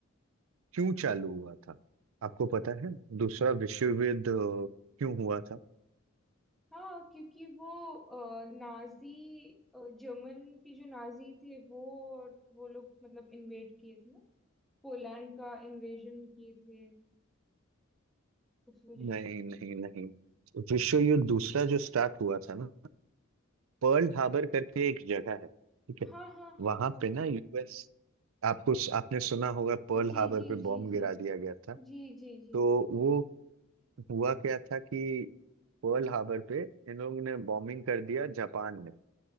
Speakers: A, on the right (about 80°); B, in the centre.
A: क्यों चालू हुआ था आपको पता है दूसरा विश्व युद्ध अ, क्यों हुआ था
B: हाँ क्योंकि वो अ, नाजी अ, जर्मन के जो नाजी थे वो और वो लोग मतलब इन्वेड किए थे ना पोलैंड का इन्वेजन किए थे उस वजह
A: नहीं
B: से
A: नहीं नहीं विश्व युद्ध दूसरा जो स्टार्ट हुआ था ना पर्ल हार्बर करके एक जगह है ठीक है
B: हाँ हाँ हाँ
A: वहां
B: हाँ
A: पे ना यूएस आपको आपने सुना होगा पर्ल
B: जी
A: हार्बर
B: जी
A: पे
B: जी
A: बॉम्ब गिरा
B: जी
A: दिया गया था
B: जी जी
A: तो
B: जी
A: वो हुआ क्या था कि पर्ल हार्बर पे इन लोगों ने बॉम्बिंग कर दिया जापान ने